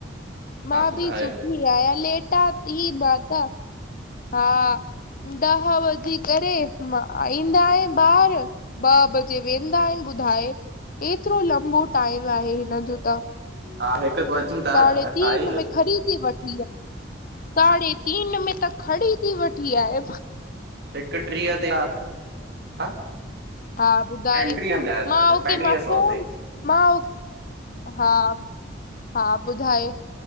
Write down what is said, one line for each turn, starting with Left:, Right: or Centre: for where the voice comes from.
Left: मां
Right: ॿुधायो।
Left: बि सुठी आहियां लेटा थी मां। त <unintelligible> हा ॾह बजे ईंदा आहिनि ॿार, ॿ बजे वेंदा आहिनि ॿुधाए एतिरो लंबो टाइम <unintelligible> हिननजो त
Right: हा
Left: <unintelligible>
Right: हिकु वजन था अठाईस
Left: खरीदी वठ साढे टी में त खणी वठी आहे
Right: हिकु ट्रीह ते हा
Left: हा ॿुधाए
Right: पंटीह में यार,
Left: मां
Right: पंटीह सौ
Left: फोन
Right: ते
Left: मां हा <inaudible> हा ॿुधाए